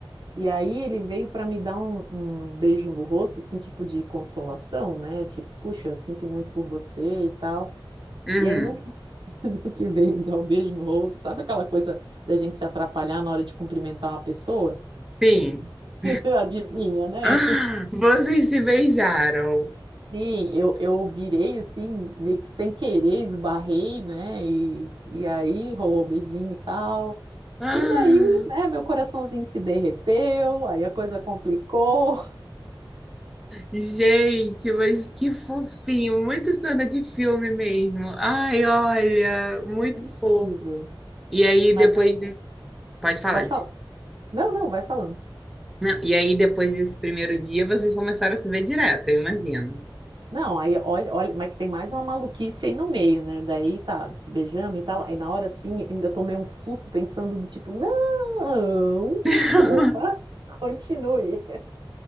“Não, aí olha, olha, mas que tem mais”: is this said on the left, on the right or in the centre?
Right